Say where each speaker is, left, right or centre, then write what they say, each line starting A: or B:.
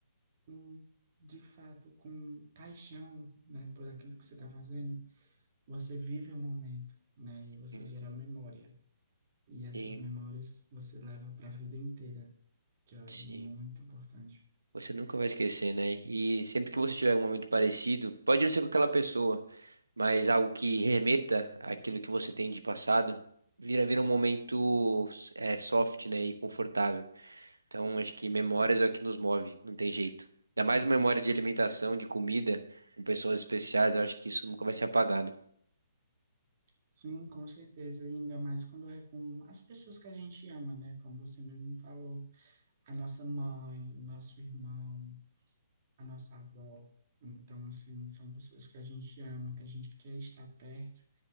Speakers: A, on the right; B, on the right.
A: com, de fato, com paixão, né, por aquilo que você está fazendo, você vive o momento, né, e você
B: Sim,
A: gera memória. E essas
B: sim.
A: memórias você leva para a vida inteira, que é
B: sim.
A: muito importante.
B: Você nunca vai esquecer, né? E sempre que você tiver um momento parecido, pode não ser com aquela pessoa, mas algo que remeta àquilo que você tem de passado, vira, vira um momento é, soft, né? E confortável. Então, acho que memórias é o que nos move, não tem jeito. Ainda mais memória de alimentação, de comida, com pessoas especiais, eu acho que isso nunca vai ser apagado.
A: Sim, com certeza, e ainda mais quando é com as pessoas que a gente ama, né? Como você mesmo falou, a nossa mãe, o nosso irmão, a nossa avó. Então, assim, são pessoas que a gente ama, que a gente quer estar perto